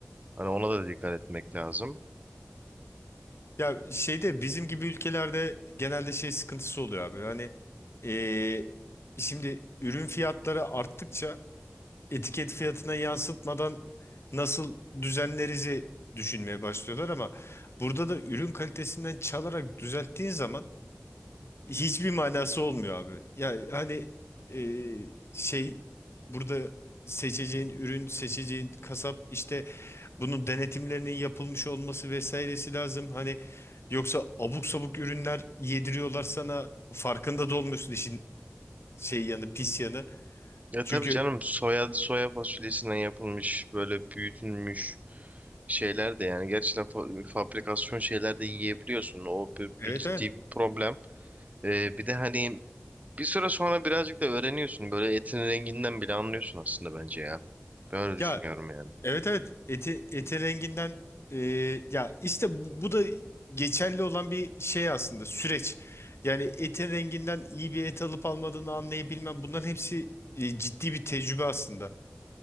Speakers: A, on the right (about 30°); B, on the left (about 60°).
A: Hani ona da dikkat etmek lazım.
B: Ya şeyde bizim gibi ülkelerde genelde şey sıkıntısı oluyor abi. Hani eee, şimdi ürün fiyatları arttıkça etiket fiyatına yansıtmadan nasıl düzenlerizi düşünmeye başlıyorlar ama burada da ürün kalitesinden çalarak düzelttiğin zaman hiçbir manası olmuyor abi. Ya hani eee, şey burada seçeceğin ürün, seçeceğin kasap işte bunun denetimlerinin yapılmış olması vesairesi lazım. Hani yoksa abuk sabuk ürünler yediriyorlar sana farkında da olmuyorsun işin şey yanı pis yanı.
A: Ya
B: Çünkü
A: tabii canım soya soya fasulyesinden yapılmış böyle büyütülmüş şeyler de yani gerçekten fa- fabrikasyon şeyler de yiyebiliyorsun. O bir,
B: evet
A: bir ciddi
B: evet
A: bir problem. E, bir de hani Bir süre sonra birazcık da öğreniyorsun. Böyle etin renginden bile anlıyorsun aslında bence ya. Ben öyle düşünüyorum
B: ya
A: yani.
B: evet evet eti eti renginden e, ya işte bu, bu da geçerli olan bir şey aslında süreç. Yani etin renginden iyi bir et alıp almadığını anlayabilmem bunların hepsi e, ciddi bir tecrübe aslında.